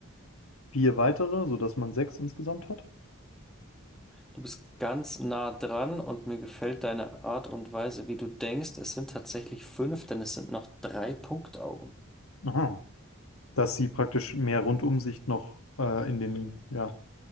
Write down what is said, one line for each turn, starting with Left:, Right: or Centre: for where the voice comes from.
Left: vier weitere, sodass man sechs insgesamt hat.
Centre: Du bist ganz nah dran und mir gefällt deine Art und Weise, wie du denkst. Es sind tatsächlich fünf, denn es sind noch drei Punktaugen.
Left: Aha. dass sie praktisch mehr Rundumsicht noch äh, in den ja,